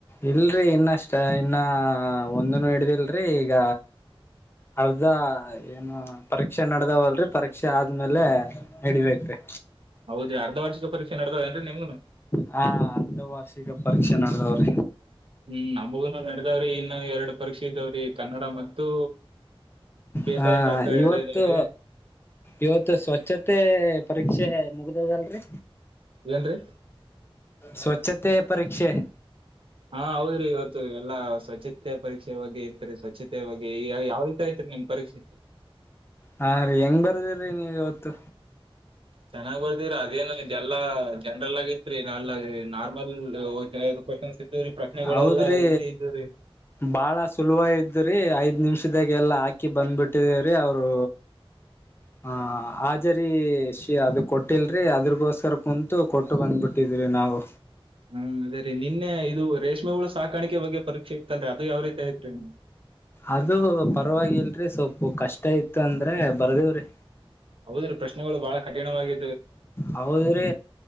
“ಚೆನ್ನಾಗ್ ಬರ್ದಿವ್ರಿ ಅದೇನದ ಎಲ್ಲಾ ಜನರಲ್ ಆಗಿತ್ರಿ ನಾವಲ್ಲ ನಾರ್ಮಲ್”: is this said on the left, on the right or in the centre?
Right